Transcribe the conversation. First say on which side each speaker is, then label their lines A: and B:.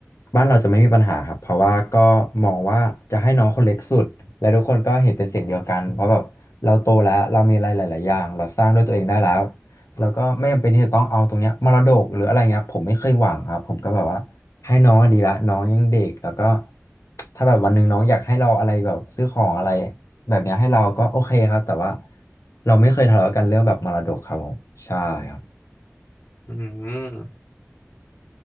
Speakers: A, on the left; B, on the left.
A: บ้านเราจะไม่มีปัญหาครับเพราะว่าก็มองว่าจะให้น้องคนเล็กสุดและทุกคนก็เห็นเป็นเสียงเดียวกันเพราะแบบเราโตแล้วเรามีอะไรหลายๆอย่างเราสร้างด้วยตัวเองได้แล้วแล้วก็ไม่จำเป็นที่จะต้องเอาตรงเนี้ยมรดกหรืออะไรเงี้ยผมไม่เคยหวังครับผมก็แบบว่าให้น้องดีละน้องยังเด็กแล้วก็ถ้าแบบวันหนึ่งน้องอยากให้เราอะไรแบบซื้อของอะไรแบบเนี้ยให้เราก็โอเคครับแต่ว่าเราไม่เคยทะเลาะกันเรื่องแบบมรดกครับผมใช่ครับ
B: อืม